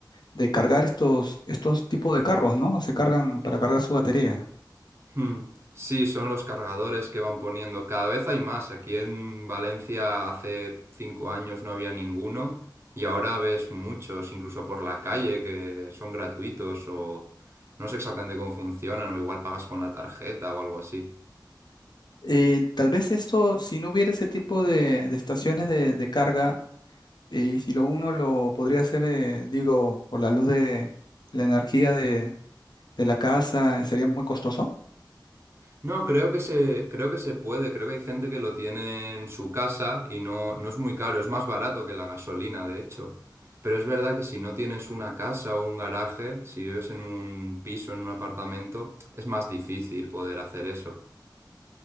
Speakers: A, on the left (about 60°); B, on the right (about 30°).
A: de cargar estos, estos tipos de carros, ¿no? Se cargan para cargar su batería.
B: Hmm. Sí, son los cargadores que van poniendo. Cada vez hay más. Aquí en Valencia hace cinco años no había ninguno y ahora ves muchos, incluso por la calle, que son gratuitos o no sé exactamente cómo funcionan o igual pagas con la tarjeta o algo así.
A: Eh, tal vez esto, si no hubiera ese tipo de, de estaciones de, de carga, y si lo uno lo podría hacer, eh, digo, por la luz de la energía de de la casa, sería muy costoso.
B: No, creo que se, creo que se puede, creo que hay gente que lo tiene en su casa y no, no es muy caro, es más barato que la gasolina, de hecho. Pero es verdad que si no tienes una casa o un garaje, si vives en un piso, en un apartamento, es más difícil poder hacer eso.